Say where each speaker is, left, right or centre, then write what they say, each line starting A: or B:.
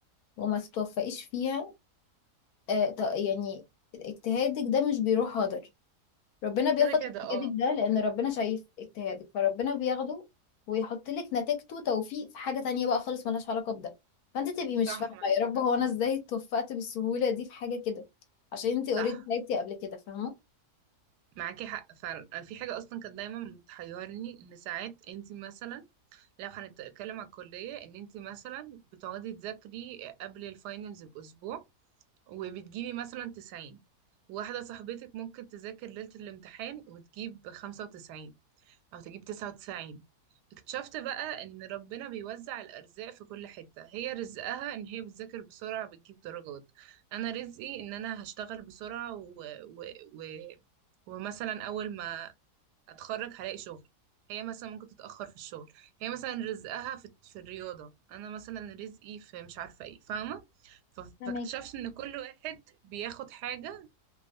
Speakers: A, on the left; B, on the right.
A: وما تتوفقيش فيها آه، ط- يعني اجتهادك ده مش بيروح هدر ربنا بياخد
B: كده كده
A: اجتهادك
B: اه
A: ده لأن ربنا شايف اجتهادك فربنا بياخده ويحط لك نتيجته توفيق في حاجة تانية بقى خالص ملهاش علاقة بده فانت تبقي مش
B: صح
A: فاهمة
B: معاكي
A: يا رب
B: حق
A: هو أنا ازاي اتوفقت بالسهولة دي في حاجة كده عشان انتي
B: صح
A: اوريدي تعبتي قبل كده فاهمة
B: معاكي حق فعلا أنا في حاجة أصلا كانت دايما بتحيرني إن ساعات أنت مثلا لو هنتكلم على الكلية ان انت مثلا بتقعدي تذاكري قبل الفاينلز بأسبوع وبتجيبي مثلا تسعين واحدة صاحبتك ممكن تذاكر ليلة الامتحان وتجيب خمسة وتسعين أو تجيب تسعة وتسعين اكتشفت بقى ان ربنا بيوزع الأرزاق في كل حتة هي رزقها ان هي بتذاكر بسرعة بتجيب درجات أنا رزقي ان أنا هشتغل بسرعة و... و... و... ومثلا أول ما اتخرج هلاقي شغل هي مثلا ممكن تتأخر في الشغل هي مثلا رزقها في, في الرياضة انا مثلا رزقي في مش عارفة ايه فاهمة ف-
A: فهماكي
B: فاكتشفت ان كل واحد بياخد حاجة